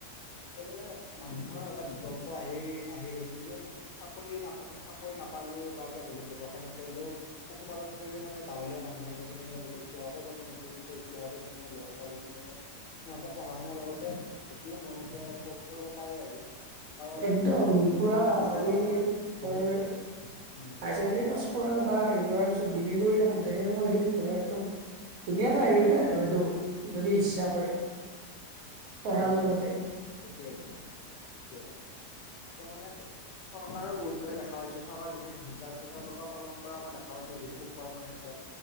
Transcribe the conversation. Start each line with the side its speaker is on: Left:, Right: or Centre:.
Left: ত মানে মানুহৰ এটা বিকল্প আহি আহি গৈছে যে চাকৰি নাপ চাকৰি ন নাপালেও বা কিয় বেলেগ ব্যৱহাই নকৰিলেও পশুপালন কৰিও মানে গাঁৱলীয়া মানুহৰ যিখিনিতি ই নতুনকৈ উঠ অহাৰ প্ৰজন্মৰ ল'ৰা ছোৱালী খিনি যে সিহঁতৰ পঢ়া-শুনা আপোনাৰ লগতে এইটোও মোৰমতে কৰিব পাৰে আৰু কাৰণ
Right: একদম পুৰা
Left: এইটোৰ দ্বাৰাও
Right: আজিকালি
Left: মানে
Right: ধৰ
Left: বহুত
Right: হায়াৰ
Left: উম
Right: ছেকেণ্ডৰী পাছ কৰা বা হেৰি কৰাৰ পিছত ডিগ্ৰী কৰি থাকোঁতে সেই সময়খিনিত ধৰ একদম ধুনীয়া এটা হেৰি হয় আৰু এইটো যদি ইচ্ছা কৰে পঢ়াৰ
Left: উম
Right: লগতে
Left: উম সেইটোয়েটো সেইটোয়ে এয়া মানে চৰকাৰৰ গুৰুত্ব দিয়া দেখা পাইছো চৰকাৰৰ যিখিনি ভূমিকা আছে তেওঁলোকে পালন কৰা মই দেখা পাইছো যিটো পশুপালনৰ ক্ষেত্ৰত